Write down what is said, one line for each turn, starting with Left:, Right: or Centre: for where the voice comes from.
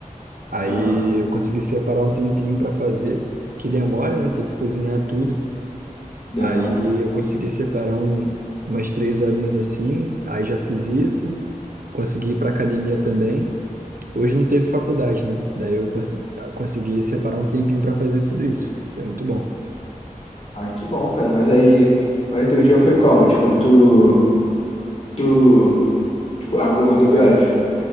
Right: Aí
Left: Aham,
Right: eu consegui separar um tempinho pra fazer, que demora, né? Tem que cozinhar tudo.
Left: demora.
Right: Aí eu consegui separar um- umas três horinhas assim, aí já fiz isso, consegui ir pra academia também. Hoje não teve faculdade, né? Daí eu cons- eu consegui separar um tempinho pra fazer tudo isso. Foi muito bom.
Left: Ah, que bom, cara, mas aí, mas aí teu dia foi como? Tipo, tu, tu, tipo, acordou de horas?